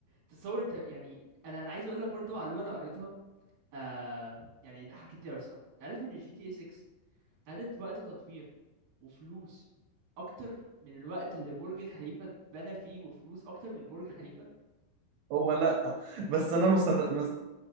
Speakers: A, on the right; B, on the right.
A: تتصور انت يعني انا انا عايز اقول لك برضه معلومه انا قريتها آه يعني ده حكيت لي أوي الصراحة أنت عارف إن جي تي اس 6 خدت وقت تطوير وفلوس أكتر من الوقت اللي برج خليفة اتبنى فيه وفلوس أكتر من برج خليفة
B: هو لا بس انا مست... مس-